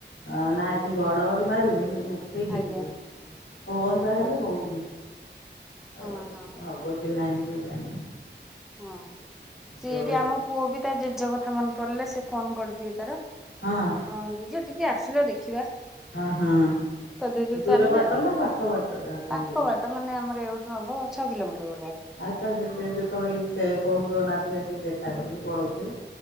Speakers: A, on the left; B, in the centre.
A: ଆ ନା ଏଠି ଘଡ଼ଘଡି ମାରିନି କିନ୍ତୁ ଉଠେଇଛି
B: ଆଜ୍ଞା।
A: ଟିକେ। ହୁଅନ୍ତା ହେଲେ
B: ଆଜ୍ଞା
A: ହଉନି,
B: ହଁ
A: <unintelligible>
B: ହଁ ହଁ
A: <unintelligible>
B: ହଁ ସିଏ
A: ଜୋରେ
B: ବି ଆମ ପୁଅବି ତା ଜେଜ କଥା ମନେ ପଡିଲେ ସେ ଫୋନ୍ କରିଦିଏ ତାର।
A: ହଁ
B: ହଁ ଜେଜ ଟିକେ ଆସିଲ ଦେଖିବା।
A: ହଁ ହଁ
B: ତ ଦିଦି
A: ଦୂର
B: ଚାଲିଲେ
A: ବାଟ
B: ଆଉ,
A: ନା ପାଖ ବାଟରେ ଅଛନ୍ତି
B: ପାଖ
A: ଜେଜେ?
B: ବାଟ ମାନେ ଆମର ଏଉ ଠୁ ହବ ଛଅ କିଲୋମିଟର ଭଳିଆ।
A: ଆଉ ତା ଜେଜ ଯେତେବେଳେ ଇ ସେ କହୁଥୁବ ନାତି ଆସିକି ଦେଖା କରିକି ପଳଉଥିବେ।